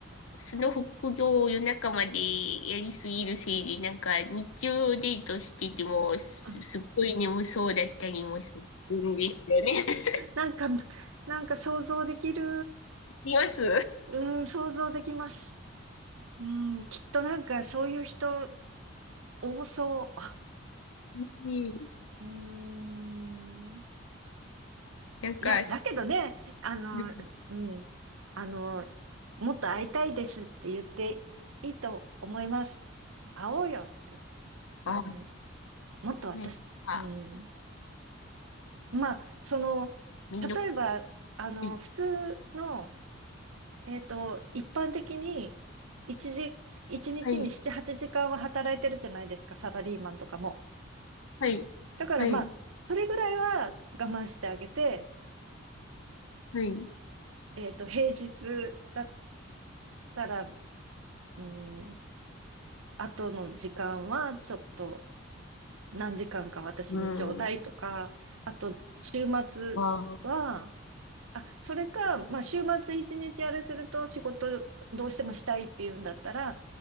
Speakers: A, on the left; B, on the right.
A: うその副業を夜中までやりすぎるせいで、なんか、日中デートしてても、す、
B: うん
A: すっごい眠そうだったりもするんですよね。<laughs>
B: なんか、なんか想像できる。
A: います。
B: うん、想像できます。うん、きっとなんかそういう人多そ
A: うん。
B: う。うん。
A: なんか、
B: いや、だけどね、
A: す
B: あの、
A: うん
B: うん、あの、もっと会いたいですって言っていいと思います。会おうよって。
A: あ、
B: うん。もっと私、
A: ね、あ、
B: うん。まあ、その、
A: めんどく
B: 例えば、あの、
A: さい。
B: 普通の、えっと、一般的に、一時、一日に7、
A: はい。
B: 8時間は働いてるじゃないですか、サラリーマンとかも。
A: はい。
B: だからまあ、
A: はい。
B: それぐらいは我慢してあげて、
A: はい。
B: えっと、平日だったら、うん、後の時間はちょっと何時間か私にちょうだいとか、
A: うん。あ
B: あと、週末は、
A: あ、は
B: あ、それか、まあ、週末一日あれすると仕事どうしてもしたいっていうんだったら、